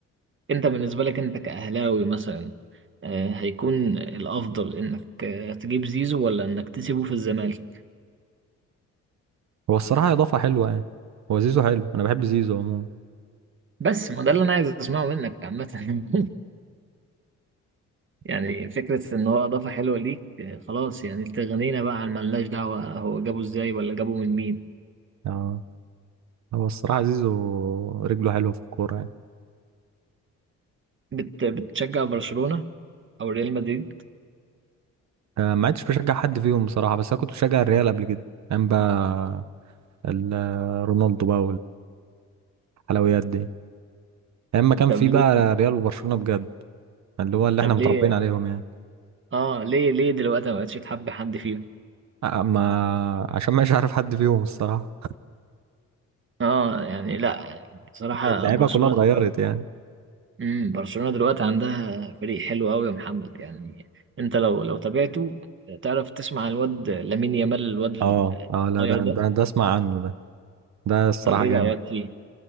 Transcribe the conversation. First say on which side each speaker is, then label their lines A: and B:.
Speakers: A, on the right; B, on the right.
A: انت بالنسبة لك انت كأهلاوي مثلا آه، هيكون الافضل انك آه، تجيب زيزو ولا انك تسيبه في الزمالك
B: هو الصراحة اضافة حلوة يعني هو زيزو حلو انا بحب زيزو عموما
A: بس ما ده اللي انا عايز اسمعه منك عامة <laughs> يعني فكرة ان هو اضافة حلوة ليك آه، خلاص يعني تغنينا بقى عن ملناش دعوة هو جابه ازاي ولا جابه من مين
B: يعني هو الصراحة زيزو رجله حلوة في الكورة يعني
A: بت بتشجع برشلونة او ريال مدريد
B: آه، ما عدتش بشجع حد فيهم بصراحة بس انا كنت بشجع الريال قبل كده ايام بقى ال- آه، رونالدو بقى والحلويات دي ايام ما كان
A: طب
B: في
A: ليه
B: بقى ريال وبرشلونة بجد اللي هو اللي
A: طب
B: احنا متربيين
A: ليه
B: عليهم يعني
A: اه ليه ليه دلوقتي ما بقتش تحب حد فيهم
B: أ- ما عشان مش عارف حد فيهم الصراحة
A: اه يعني لا بصراحة
B: <laughs> اللعيبة
A: برشلونة
B: كلها اتغيرت
A: دلوقتي
B: يعني
A: امم برشلونة دلوقتي عندها فريق حلو قوي يا محمد يعني انت لو لو تابعته تعرف تسمع الواد لامين يامال الواد الصغير
B: اه اه لا ده ده,
A: ده
B: ده اسمع عنه ده ده الصراحة
A: طب ايه
B: جامد
A: رأيك فيه